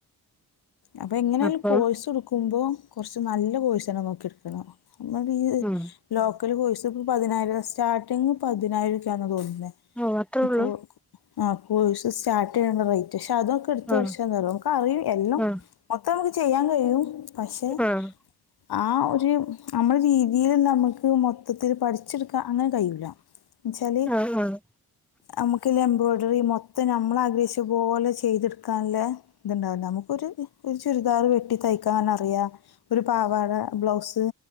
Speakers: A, on the left (about 80°); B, in the centre.
A: അപ്പൊ എങ്ങനൊലും
B: അപ്പം
A: കോഴ്സ് ട്ക് ക്കുമ്പോ കൊറച്ച് നല്ല കോഴ്സ് നോക്കി എടുക്കണം നമ്മളീ
B: ഉം
A: ലോ ഒരു കോഴസ് ഇപ്പോൾ പതിനായിരം സ്റ്റാർട്ടിംഗങ് പതിനായിരൊക്കെയാണെന്ന് തോന്നുന്നു പിന്നെ
B: ഓ അത്രേ ഉള്ളൂ
A: കോ ആഹ് കോഴ്സ് സ്റ്റാർട്ടെയ്യ്ണ്ട റേറ്റ് പക്ഷെ അതൊക്കെ ഇട്ത്ത്
B: ആഹ്
A: പഠിച്ചന്ത റിയൊ നമുക്ക് അറി എല്ലാം
B: ആഹ്
A: അത്ര നമുക്ക് ചെയ്യാൻ കഴിയും പശെ
B: ആഹ്
A: ആഹ് ഒര് അമ്മള് രീതീല് ന്നമ്മക്ക് മൊത്തത്തില് പഠിച്ചെടുക് അങ്ങനെ കയൂല്ല എന്ന്ച്ചാല്
B: ആഹ് ആഹ്
A: നമുക്ക എബ്രോയ്ഡറി മൊത്തം നമ്മള് വീഷ് പോലെ ചെ ചെയ്തെടുക്കാനുള്ള ഇതുണ്ടാവില്ല നമുക്ക് ഒരു ഈ ഒരു ചുരിദാർ വെട്ടി തയ്ക്കാൻ നറിയാം ഒരു പാവാട ബ്ലൗസ്